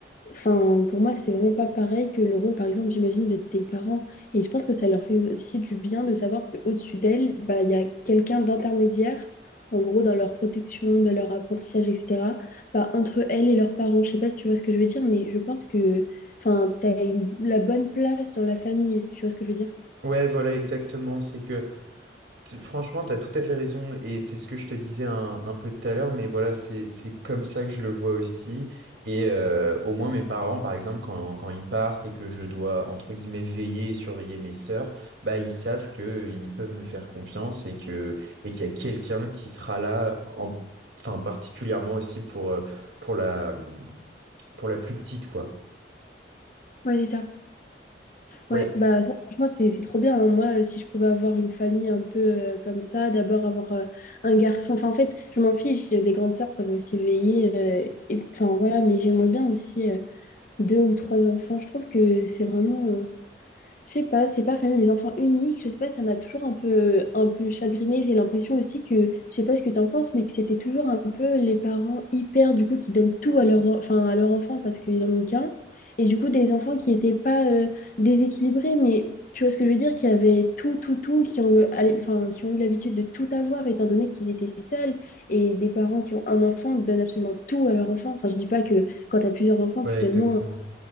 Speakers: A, on the left; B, on the right.
A: Enfin, pour moi, c'est vraiment pas pareil que le rôle, par exemple, j'imagine, de tes parents. Et je pense que ça leur fait aussi du bien de savoir qu'au-dessus d'elles, bah, il y a quelqu'un d'intermédiaire, en gros, dans leur protection, dans leur apprentissage, etc., bah, entre elles et leurs parents. Je sais pas si tu vois ce que je veux dire, mais je pense que, enfin, t'as une- la bonne place dans la famille. Tu vois ce que je veux dire?
B: ouais, voilà, exactement. C'est que Tu- Franchement, tu as tout à fait raison et c'est ce que je te disais un, un peu tout à l'heure, mais voilà, c'est c'est comme ça que je le vois aussi. Et euh, au moins mes parents, par exemple, quand, quand ils partent et que je dois, entre guillemets, veiller et surveiller mes sœurs, bah, ils savent que ils peuvent me faire confiance et que, et qu'il y a quelqu'un qui sera là, en- enfin, particulièrement aussi pour, euh, pour la, pour la plus petite, quoi.
A: Ouais, c'est ça.
B: Ouais,
A: Ouais, bah ça, franchement, c'est c'est trop bien. hein. Moi, euh, si je pouvais avoir une famille un peu euh, comme ça, d'abord avoir euh, un garçon. Enfin, en fait, je m'en fiche. Les grandes sœurs peuvent aussi veiller. euh, et, enfin, voilà, mais j'aimerais bien aussi euh, deux ou trois enfants. Je trouve que c'est vraiment. euh, je sais pas, c'est pas famille des enfants uniques, je sais pas, ça m'a toujours un peu, un peu chagrinée. J'ai l'impression aussi que, je sais pas ce que t'en penses, mais que c'était toujours un peu les parents hyper, du coup, qui donnent tout à leurs, en- enfin, à leurs enfants parce qu'ils en ont qu'un. Et du coup, des enfants qui étaient pas euh, déséquilibrés, mais tu vois ce que je veux dire, qui avaient tout, tout, tout, qui ont, eu- allez, enfin, qui ont eu l'habitude de tout avoir étant donné qu'ils étaient seuls. Et des parents qui ont un enfant donnent absolument tout à leur enfant. Enfin, je dis pas que quand t'as plusieurs enfants,
B: ouais,
A: tu donnes
B: exactement.
A: moins.